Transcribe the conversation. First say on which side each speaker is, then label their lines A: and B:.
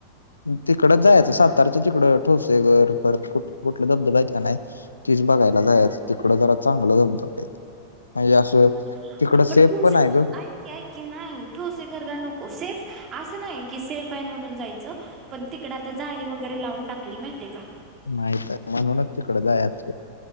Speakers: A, on the left; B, on the right.
A: तिकडच जायचं सातारच तिकड ठोसे घर परत कुठ कुठले धबधबा आहेत का नाही तीच बघायला जायच तिकडं जरा चांगलं धबधबा म्हणजे असं
B: बरं.
A: तिकडं सेफ
B: पण ठोस
A: आहे ग
B: ऐक ऐ की नाही ठोसे घर नको हो सेफ असं नाही की सेफ आहे म्हणून जायचं पण तिकड आता जाळी वगैरे लावून टाकली माहितीे का
A: माहित आहे म्हणूनच तिकड जायाच